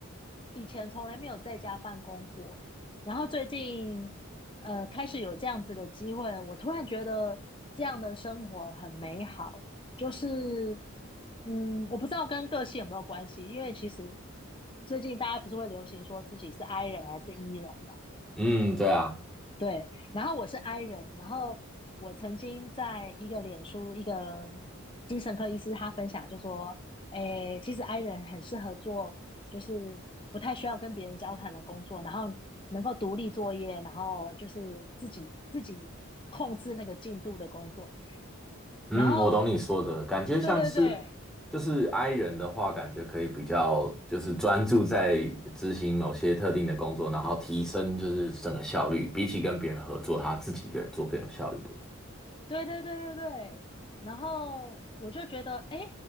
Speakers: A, on the left; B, in the centre.
A: 以前从来没有在家办公过，然后最近呃开始有这样子的机会，我突然觉得这样的生活很美好。就是嗯，我不知道跟个性有没有关系，因为其实最近大家不是会流行说自己是 I 人还是 E 人嘛。
B: 嗯，对啊，
A: 对，然后我是 I 人，然后我曾经在一个脸书，一个精神科医师他分享就说，诶，其实 I 人很适合做就是不太需要跟别人交谈的工作，然后能够独立作业，然后就是自己自己控制那个进度的工作。
B: 嗯，
A: 然后，
B: 我懂你说的，感觉像是
A: 对对对，
B: 就是 I 人的话，感觉可以比较就是专注在执行某些特定的工作，然后提升就是整个效率，比起跟别人合作，他自己一个人做更有效率的。
A: 对对对对对，然后我就觉得，哎，